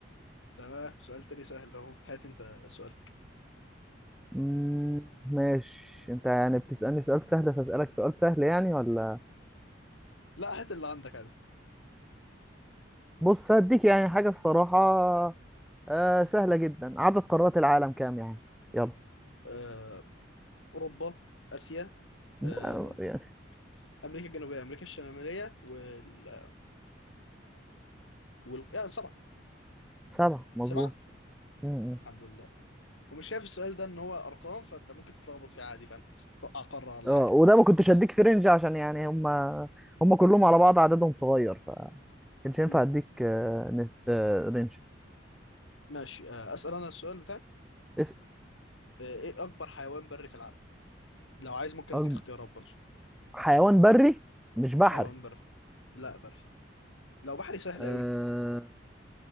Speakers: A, on the left (about 80°); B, in the centre.
A: تمام سؤال تاني سهل اهو هات انت سؤالك
B: مم، ماشي انت يعني بتسالني سؤال سهل فاسالك سؤال سهل يعني ولا
A: لا هات اللي عندك عادي
B: بص هديك يعني حاجه الصراحه آه سهله جدا عدد قارات العالم كام يعني يلا
A: آه اوروبا اسيا
B: ده
A: آه
B: يعني
A: امريكا الجنوبيه امريكا الشماليه واستراليا وال... آه سبعه
B: سبعه مظبوط
A: سبعه
B: مم.
A: الحمد لله ومش شايف السؤال ده ان هو ارقام فانت ممكن تتلخبط فيه عادي فانت توقع قاره ولا
B: اه
A: حاجه
B: وده ما كنتش هديك في رينج عشان يعني هم هم كلهم على بعض عددهم صغير كانش ينفع
A: مم.
B: اديك آه، نت آه، رينج
A: ماشي آه اسال انا السؤال بتاعي
B: اسأل
A: آه، ايه اكبر حيوان بري في العالم لو عايز ممكن
B: أكب-
A: اديك اختيارات برضه
B: حيوان بري مش بحري
A: حيوان بري لا بري لو بحري سهل
B: أه
A: قوي